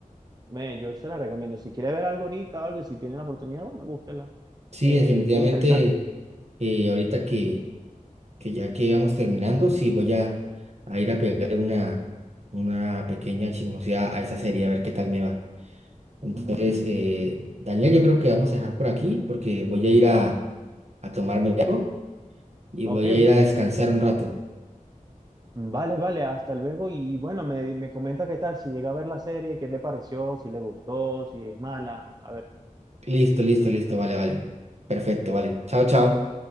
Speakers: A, on the right (about 30°); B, on the right (about 55°).
A: me, yo se la recomiendo. Si quiere ver algo ahorita, algo, si tienen la oportunidad, bueno, búsquela.
B: Sí,
A: Eh,
B: definitivamente,
A: bien interesante.
B: eh, ahorita que, que ya que íbamos terminando, sí voy a, a ir a pegarle una, una pequeña chismosidad a esa serie, a ver qué tal me va. Entonces,
A: Ujú.
B: eh, Daniel, yo creo que vamos a dejar por aquí porque voy a ir a, a tomarme algo y
A: Ok,
B: voy a
A: ok.
B: ir a descansar un rato.
A: Vale, vale, hasta luego. Y bueno, me, me comenta qué tal, si llega a ver la serie, qué le pareció, si le gustó, si es mala. A ver.
B: Listo, listo, listo, vale, vale. Perfecto, vale. Chao, chao.